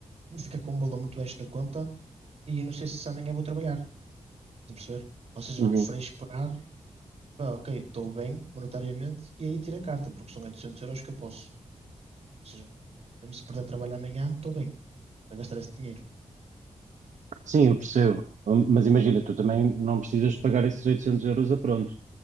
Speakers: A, on the right (about 60°); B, on the right (about 80°).
A: vou ficar com um valor muito baixo na conta e não sei se amanhã vou trabalhar, estás a perceber? Ou seja,
B: Uhum.
A: preferi esperar, pá, ok, estou bem monetariamente e aí tiro a carta, porque são 800 euros que eu posso. Ou seja, mesmo se perder trabalho amanhã, estou bem a gastar esse dinheiro.
B: Sim, eu percebo. Hum, Mas imagina, tu também não precisas de pagar esses 800 euros a pronto.